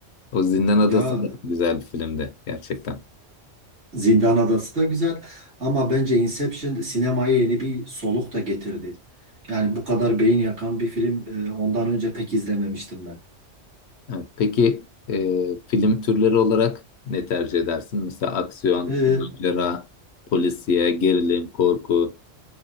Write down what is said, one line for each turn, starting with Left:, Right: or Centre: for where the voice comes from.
Left: O Zindan Adası
Right: Ya
Left: da güzel bir filmdi gerçekten.
Right: Zindan Adası da güzel ama bence Inception sinemaya yeni bir soluk da getirdi. Yani bu kadar beyin yakan bir film e, ondan önce pek izlememiştim ben.
Left: Evet, Peki e, film türleri olarak ne tercih edersin? Mesela aksiyon,
Right: Ee,
Left: macera, polisiye, gerilim, korku